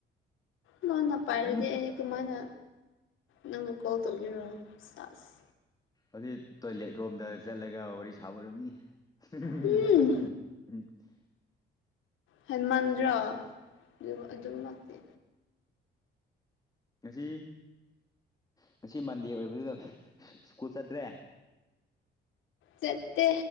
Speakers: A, on the left (about 80°); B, on the left (about 20°).
A: ꯅꯣꯅ ꯄꯔꯗꯦ
B: ꯑꯣꯏꯔꯝꯅꯤ
A: ꯀꯃꯥꯏꯅ ꯅꯪꯕꯨꯛ ꯀꯣꯜ ꯇꯧꯕꯤꯔꯣ ꯁꯥꯁ
B: ꯑꯗꯨꯗꯤ ꯇꯣꯏꯂꯦꯠ ꯔꯣꯝꯗ ꯆꯠꯂꯒ ꯋꯥꯔꯤ ꯁꯥꯕꯔꯝꯅꯤ <unintelligible>
A: ꯎꯝ ꯍꯦꯃꯟꯗ꯭ꯔ ꯑꯗꯨ ꯑꯗꯨꯝꯃꯛꯇꯤ
B: ꯉꯁꯤ ꯉꯁꯤ ꯃꯟꯗꯦ ꯑꯣꯏꯕꯗꯨꯗ ꯁ꯭ꯀꯨꯜ ꯆꯠꯇ꯭ꯔꯦ
A: ꯆꯠꯇꯦ